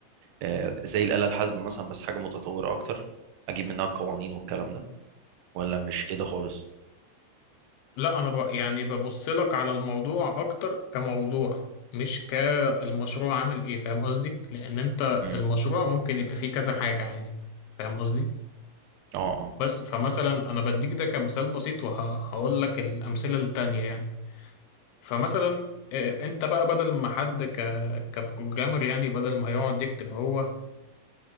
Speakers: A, on the right; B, on the left.
A: آه زي الآلة الحاسبة مثلا بس حاجة متطورة اكتر اجيب منها القوانين والكلام ده ولا مش كده خالص
B: لا انا ب... يعني ببص لك على الموضوع اكتر كموضوع مش كالمشروع عامل ايه فاهم قصدي لان انت
A: امم
B: المشروع ممكن يبقى فيه كذا حاجة عادي فاهم قصدي
A: اه اه
B: بس فمثلا انا بديك ده كمثال بسيط وهقول لك الامثلة التانية يعني فمثلا آه، انت بقى بدل ما حد ك... كبروجرامر يعني بدل ما يقعد يكتب هو